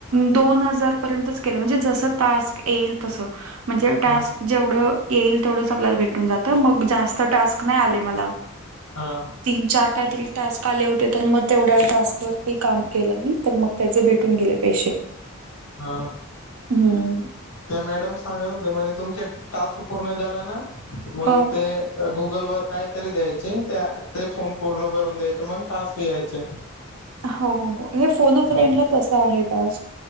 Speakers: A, on the right (about 75°); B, on the left (about 75°).
A: दोन हजार पर्यंतच केलं. म्हणजे जस टास्क येईल, तसं म्हणजे टास्क.
B: हा
A: जेवढं येईल. तेवढंच आपल्याला भेटून जात. मग जास्त टास्क नाही आले मला.
B: हा.
A: तीन चार काहीतरी टास्क आले होते. तर मग तेवढ्या टास्क वरती काम केलं मी तर मग त्याचे भेटून गेले. पैसे.
B: हा.
A: हं.
B: त्या मॅडम सांगत होते म्हणे, तुमचे टास्क पूर्ण झाले ना मग
A: हो.
B: ते गुगल वर काय तरी द्यायचे. त्या ते फॉर्म पूर्ण भरून द्यायच मग टास्क यायचे.
A: हो, हे फोन फ्रेडला
B: हा
A: तसं आहे टास्क.